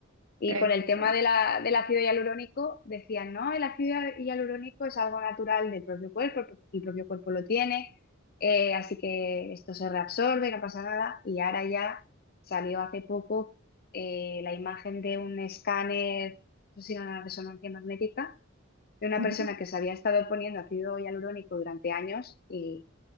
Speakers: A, on the left; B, on the right.
A: Y
B: <laughs> Exacto.
A: con el tema de la, del ácido hialurónico, decían, no, el ácido hialurónico es algo natural del propio cuerpo, el propio cuerpo lo tiene, eh, así que esto se reabsorbe, no pasa nada. Y ahora ya salió hace poco eh, la imagen de un escáner, no sé si era una resonancia magnética, de una
B: Ujú.
A: persona que se había estado poniendo ácido hialurónico durante años y